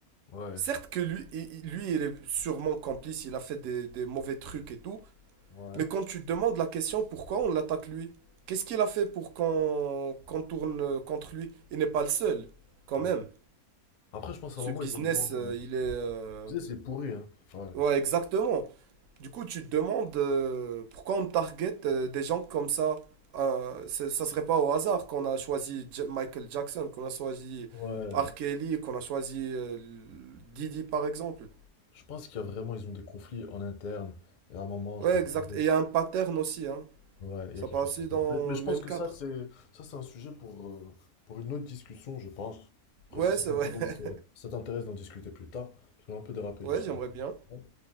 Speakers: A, on the left (about 50°); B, on the right (about 65°).
A: Ouais,
B: Certes que lui, il- il- lui, il est sûrement complice, il a fait des, des mauvais trucs et tout,
A: ouais.
B: Mais quand tu te demandes la question pourquoi on l'attaque lui, qu'est-ce qu'il a fait pour qu'on qu'on tourne euh, contre lui? Il n'est pas le seul, quand
A: ouais.
B: même.
A: Après, je pense
B: Ce
A: à un moment,
B: business,
A: ils ont besoin...
B: euh, il est... euh,
A: Tu sais, c'est pourri, hein. Ouais.
B: Ouais, exactement. Du coup, tu te demandes euh, pourquoi on target euh, des gens comme ça. Euh, c'est- ça serait pas au hasard qu'on a choisi Ja- Michael Jackson, qu'on a choisi
A: Ouais,
B: R. Kelly, qu'on a choisi euh, Didi, par exemple.
A: Je pense qu'il y a vraiment, ils ont des conflits en interne. Et à un moment,
B: Ouais,
A: je pense
B: exact.
A: que
B: Et il y a un pattern aussi, hein.
A: ouais, il
B: Ça
A: y a quelque
B: passe
A: chose qui
B: aussi
A: s'appelle.
B: dans
A: Mais je
B: le
A: pense
B: même
A: que
B: cadre.
A: ça, c'est ça, c'est un sujet pour, euh, pour une autre discussion, je pense. Après,
B: Ouais,
A: si ça
B: c'est
A: t'intéresse,
B: vrai. <laughs>
A: euh, si ça t'intéresse d'en discuter plus tard, parce qu'on a un peu dérapé
B: Ouais,
A: du sujet.
B: j'aimerais
A: principal.
B: bien.